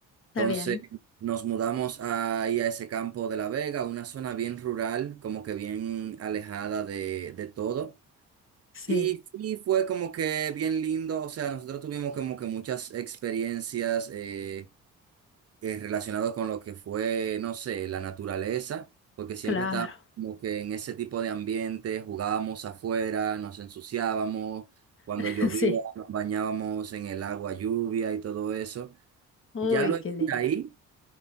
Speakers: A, on the left (about 35°); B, on the right (about 45°).
A: está
B: Entonces,
A: bien.
B: nos mudamos ahí a ese campo de La Vega, una zona bien rural, como que bien alejada de, de todo.
A: Sí,
B: Y sí, fue como que bien lindo, o sea, nosotros tuvimos como que muchas experiencias eh, eh, relacionadas con lo que fue, no sé, la naturaleza, porque siempre
A: claro.
B: estábamos como que en ese tipo de ambiente, jugábamos afuera, nos ensuciábamos, cuando
A: <laughs>
B: llovía
A: Sí.
B: nos bañábamos en el agua lluvia y todo eso.
A: Uy,
B: Ya luego
A: qué linda.
B: de ahí.